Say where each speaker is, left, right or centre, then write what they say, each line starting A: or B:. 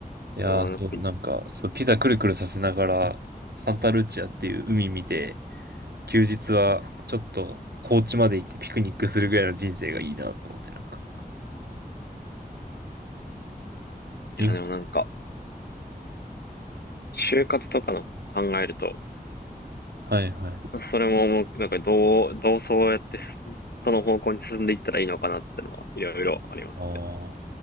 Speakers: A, on the right (about 85°); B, on the left (about 85°).
A: いやー、
B: あやっぱい
A: そう、なんか、そう、ピザくるくるさせながら、サンタルチアっていう海見て、休日はちょっと高知まで行ってピクニックするぐらいの人生がいいなと思って、なんか。に
B: や、でもなんか、就活とかの考えると、
A: はいはい。
B: それももう、なんかどう、どうそうやって進、その方向に進んでいったらいいのかなってのは、いろいろありますけど。
A: ああ。